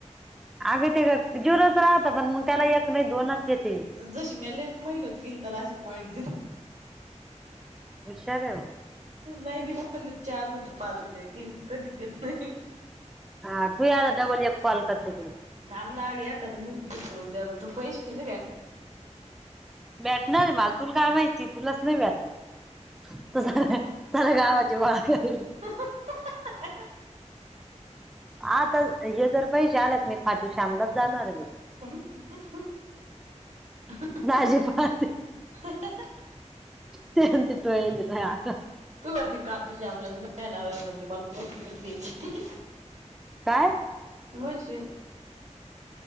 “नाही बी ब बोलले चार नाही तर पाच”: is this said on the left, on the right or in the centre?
Right